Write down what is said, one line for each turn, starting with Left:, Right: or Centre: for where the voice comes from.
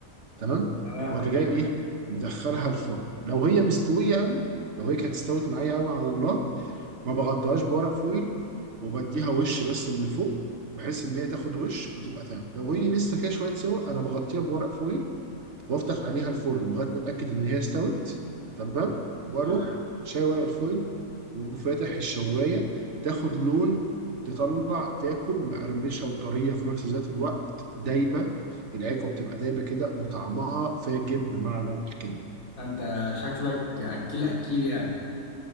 Right: تمام
Left: اه
Right: واجي
Left: حلوه
Right: جاي ايه
Left: دي
Right: مدخلها الفرن لو هي مستويه قوي لو هي كانت استوت معايا قوي على النار ما بغطيهاش بورق فويل وبديها وش بس من فوق بحيث ان هي تاخد وش وتبقى تمام لو هي لسه فيها شويه سوا انا بغطيها بورق فويل وافتح عليها الفرن لغايه ما اتاكد ان هي استوت تمام واروح
Left: تمام
Right: شايل ورق الفويل وفاتح الشوايه تاخد لون تطلع تاكل مقرمشه وطريه في نفس ذات الوقت دايبه العكوه بتبقى دايبه كده وطعمها فاجر بمعنى الكلمه
Left: ده انت شكلك اكيل اكيل يعني